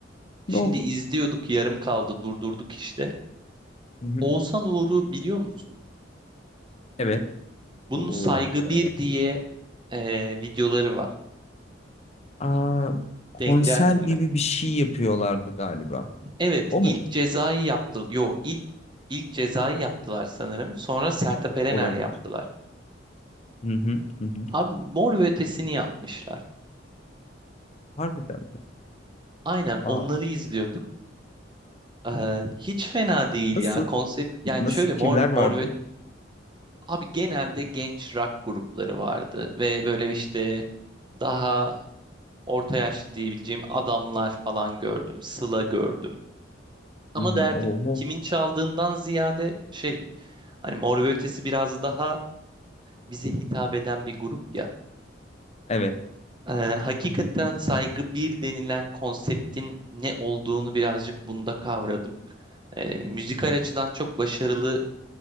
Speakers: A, on the right (about 25°); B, on the left (about 35°).
A: Şimdi
B: Ne oldu?
A: izliyorduk yarım kaldı durdurduk işte.
B: Hı hı.
A: Oğuzhan Uğur'u biliyor musun?
B: Evet.
A: Bunun
B: Bu,
A: Saygı
B: e,
A: bir diye eee, videoları var.
B: aa, konser
A: Denk geldin
B: gibi
A: mi?
B: bir şey yapıyorlardı galiba.
A: Evet,
B: O
A: ilk
B: mu?
A: cezayı yaptı. Yo, ilk ilk cezayı yaptılar sanırım. Sonra Sertab Erener
B: Olabilir.
A: yaptılar.
B: Hı hı. Hı hı.
A: Abi Mor ve Ötesi'ni yapmışlar.
B: Harbiden mi?
A: Aynen onları
B: Aa,
A: izliyorduk. Ee, hiç fena değil
B: nasıl?
A: ya konsept. Yani
B: Nasıl?
A: şöyle Mor
B: Kimler
A: Mor
B: vardı?
A: ve abi genelde genç rock grupları vardı ve böyle işte daha orta yaşlı diyebileceğim adamlar falan gördüm. Sıla gördüm. Ama
B: Hı hı.
A: derdim
B: Oho.
A: kimin çaldığından ziyade şey hani Mor ve Ötesi biraz daha bize hitap eden bir grup ya.
B: Evet.
A: Ee, hakikaten saygı bir denilen konseptin ne olduğunu birazcık bunda kavradım. Ee, müzikal açıdan çok başarılı